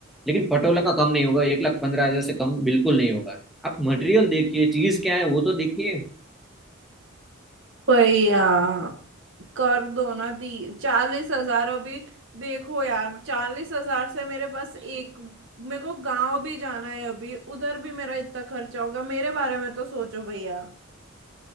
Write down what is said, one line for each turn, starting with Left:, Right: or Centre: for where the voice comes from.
Centre: लेकिन पटोला का कम नहीं होगा एक लाख पंद्रह हजार से कम बिल्कुल नहीं होगा आप मटेरियल देखिए चीज क्या है वो तो देखिए
Right: वही यार कर दो ना दी चालीस हजार अभी देखो यार चालीस हजार से मेरे पास एक मेरे को गांव भी जाना है अभी उधर भी मेरा इतना खर्चा होगा मेरे बारे में तो सोचो भैया